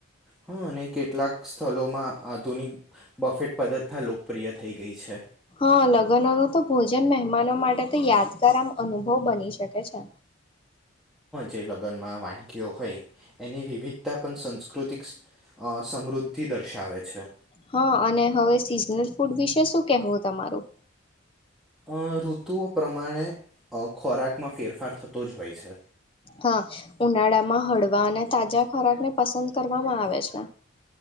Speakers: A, in the centre; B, on the left (about 25°).
A: હા અને કેટલાક સ્થળમાં આધુનિક બફેટ પદ્ધ્થ લોકપ્રિય થઈ ગઈ છે
B: હ લગ્નો ન તો ભોજન મહેમાનો માટે તો યાદગાર આમ અનુભવ બની શકે છે
A: જે લગ્નમાં વાનગીઓ હોય એની વિદ્તા પણન સંસ્કૃતિિક સમૃદ્ધિ દર્શાવે છે
B: હા અને હવે સિઝનલ ફૂડ વિશે શું કેહેવું તમારું
A: અ ઋતુઓ પ્રમાણે ખોરાકમાં ફેરફાર થતો જ હોય છે
B: હા ઉનાળામાં હળવા અને તાજા ખોરાક ને પસંદ કરવામાં આવે છે